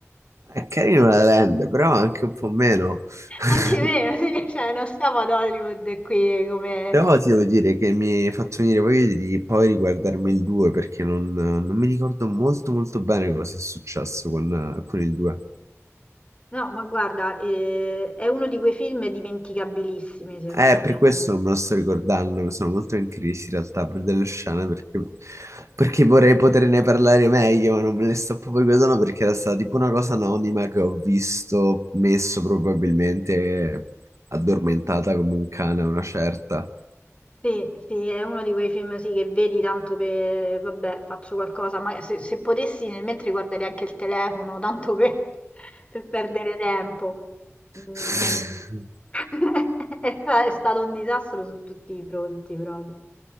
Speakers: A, on the right; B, on the left.
A: È carino la Land, però anche un po' meno. <laughs>
B: Anche me, sì, cioè, non stiamo ad Hollywood qui come...
A: Però ti devo dire che mi hai fatto venire voglia di poi riguardarmi il 2 perché non, non mi ricordo molto molto bene cosa è successo con, con il 2.
B: No, ma guarda, eh, è uno di quei film dimenticabilissimi, secondo
A: Eh,
B: me.
A: per questo non me lo sto ricordando, sono molto in crisi in realtà per delle scene perché, perché vorrei poterne parlare meglio, ma non me le sto proprio ricordando perché era stata tipo una cosa anonima che ho visto messo probabilmente addormentata come un cane a una certa.
B: Sì, sì, è uno di quei film sì, che vedi tanto per, vabbè, faccio qualcosa, ma se, se potessi nel mentre guarderei anche il telefono, tanto per, <laughs> per perdere tempo. Mm.
A: <laughs>
B: <laughs> È fa- è stato un disastro su tutti i fronti proprio.